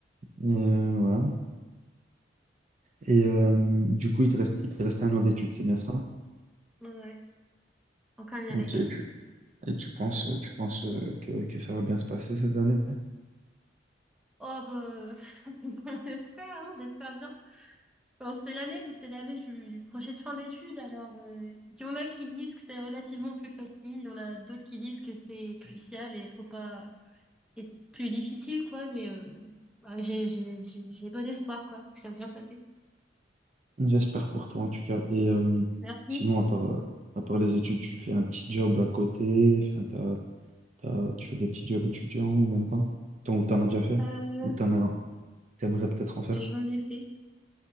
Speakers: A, on the right (about 40°); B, in the centre.
A: Euh, ouais. Et euh, du coup, il te reste, il te reste un an d'études, c'est bien ça?
B: Ouais, encore une année.
A: Ok, et tu, et tu penses, tu penses euh, que, que ça va bien se passer cette année?
B: Oh, bah, <laughs> on espère, hein, j'espère bien. Bon, c'était l'année, c'est l'année du, du projet de fin d'études. Alors, euh, il y en a qui disent que c'est relativement plus facile, il y en a d'autres qui disent que c'est crucial et faut pas être plus difficile, quoi. Mais euh, bah, j'ai, j'ai, j'ai j'ai bon espoir, quoi, que ça va bien se passer.
A: J'espère pour toi en tout cas. Et euh,
B: Merci.
A: sinon, à part, euh, à part les études, tu fais un petit job à côté. Enfin, t'as, T'as- tu fais des petits jobs étudiants ou même pas? T'en, ou t'en as déjà fait?
B: Euh,
A: Ou t'aimerais, t'aimerais peut-être en faire?
B: j'en ai fait.